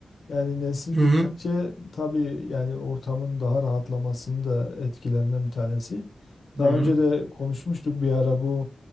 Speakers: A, on the left; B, on the right.
A: Yani nesil gittikçe
B: Hı hı.
A: tabii yani ortamın daha rahatlamasının da etkilerinden bir tanesi. Daha
B: Hı hı.
A: önce de konuşmuştuk bir ara bu